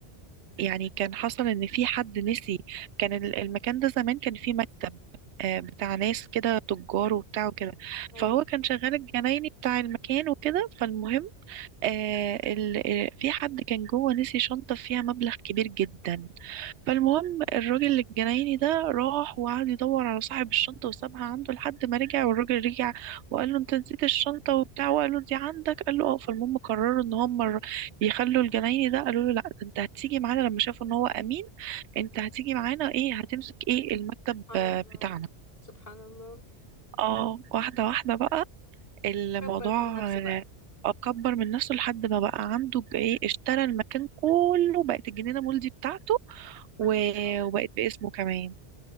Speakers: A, on the right; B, on the left.
A: يعني كان حصل ان في حد نسي كان ال- المكان ده زمان كان فيه مكتب آه، بتاع ناس كده تجار وبتاع وكده
B: أيوة
A: فهو كان شغال الجنايني بتاع المكان وكده فالمهم آه ال... آه، في حد كان جوه نسي شنطة فيها مبلغ كبير جدا فالمهم الراجل الجنايني ده راح وقعد يدور على صاحب الشنطة وسابها عنده لحد ما رجع والراجل رجع وقال له انت نسيت الشنطة وبتاع وقال له دي عندك قال له اه فالمهم قرروا ان هم الر- يخلوا الجنايني ده قالوا له لا ده انت هتيجي معانا لما شافوا ان هو امين انت هتيجي معانا ايه هتمسك ايه المكتب
B: سبحان
A: آه،
B: الله
A: بتاعنا
B: سبحان الله
A: اه واحدة واحدة بقى الموضوع
B: كبر من نفسه
A: آه،
B: بقى
A: اكبر من نفسه لحد ما بقى عنده ج- ايه اشترى المكان كله بقت الجنينة مول دي بتاعته
B: سبحان
A: و-
B: الله
A: وبقت باسمه كمان